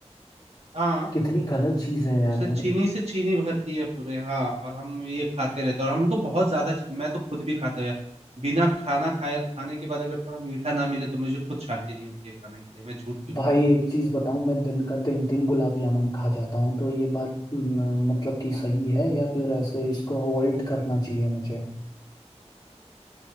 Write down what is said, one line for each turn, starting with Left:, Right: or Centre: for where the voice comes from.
Right: हाँ
Left: कितनी गलत चीज है यार
Right: जैसे
Left: ये
Right: चीनी से चीनी भरती है पूरे हाँ और हम ये खाते रहते हैं और हम तो बहुत ज्यादा चीनी मैं तो खुद भी खाता हूँ यार बिना खाना खाए खाने के बाद अगर थोड़ा मीठा ना मिले तो मुझे खुद शांति नहीं होती है खाने के लिए मैं झूठ क्यों
Left: भाई
Right: बोलूँ तुम्हें।
Left: एक चीज बताऊं मैं दिन का तीन तीन गुलाब जामुन खा जाता हूँ तो ये बात न, मतलब कि सही है या फिर ऐसे इसको अवॉइड करना चाहिए मुझे